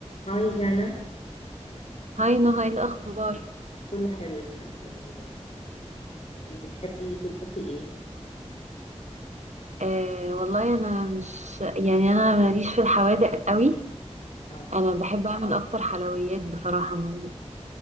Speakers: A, on the left; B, on the right.
A: هاي جانا
B: هاي نهى ايه الاخبار
A: كله حلو الحمد لله إيه، بتحبي تطبخي ايه؟
B: آه والله انا مش يعني انا ماليش في الحوادق قوي
A: اه
B: انا بحب اعمل اكتر حلويات بصراحه ما-